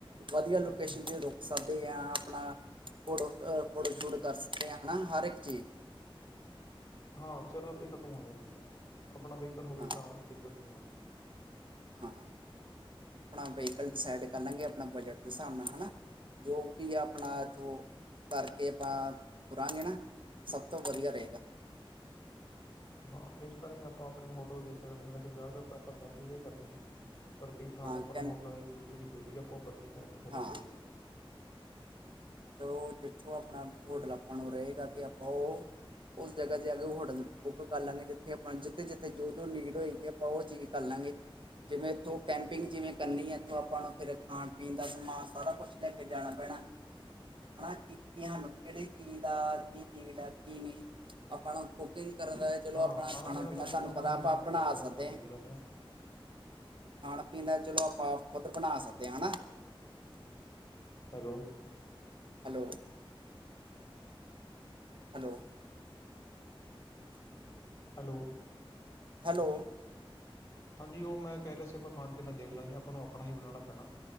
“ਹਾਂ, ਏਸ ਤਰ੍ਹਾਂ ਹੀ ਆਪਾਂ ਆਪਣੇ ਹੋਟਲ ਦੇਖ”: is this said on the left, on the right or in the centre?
Left